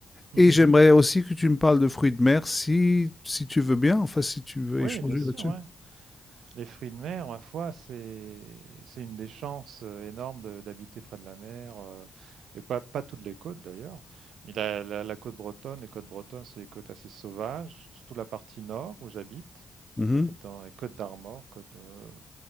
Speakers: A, on the right; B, on the left.
A: Mhm.
B: Et j'aimerais aussi que tu me parles de fruits de mer si, si tu veux bien, enfin si tu veux
A: Oui,
B: échanger
A: bien sûr,
B: là-dessus.
A: ouais. Les fruits de mer, ma foi, c'est c'est une des chances euh, énormes de- d'habiter près de la mer, euh, et pas, pas toutes les côtes d'ailleurs. Mais la, la- la côte bretonne, les côtes bretonnes, c'est des côtes assez sauvages, surtout la partie nord où j'habite.
B: Mhm,
A: J'habite dans les côtes d'Armor, côte euh,